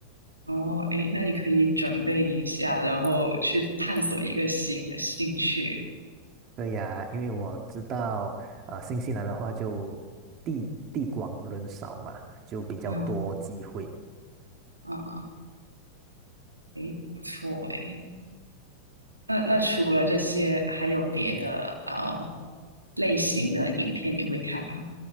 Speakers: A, on the right; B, on the right.
A: 哦，哎，那你可以准备一下，然后去探索一个新的兴趣。
B: 对呀，因为我知道，呃，新西兰的话就地地广人少嘛，就比较多机会。
A: 啊啊，哎，不错哎。那那除了这些，还有别的呃类型的影片你会看吗？